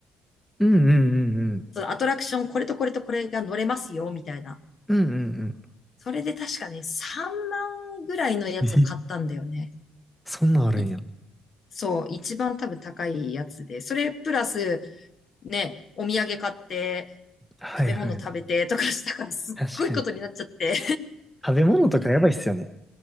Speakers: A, in the centre; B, on the left.
A: うんうんうんうん。
B: そのアトラクション、これとこれとこれが乗れますよ、みたいな。
A: うんうん
B: それで確かね、3万ぐらいのやつを買ったんだよね。
A: うん。えそんなんあるんや。
B: 1そう、一番多分高いやつで、それプラス、ね、お土産買って、
A: はいはい。
B: 食べ物食べてとかしたからすっごいことになっちゃって。
A: 確かに。食べ物とかやばいっすよね。